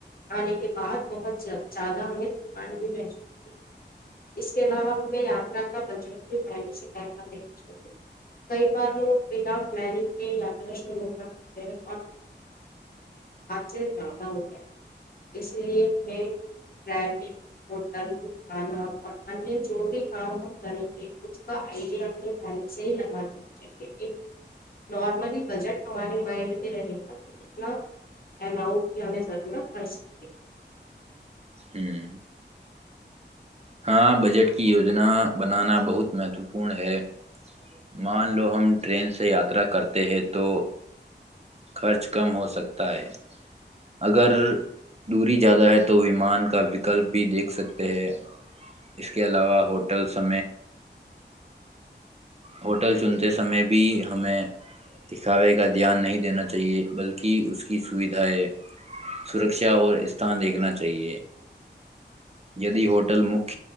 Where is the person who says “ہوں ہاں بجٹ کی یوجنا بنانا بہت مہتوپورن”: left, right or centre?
Right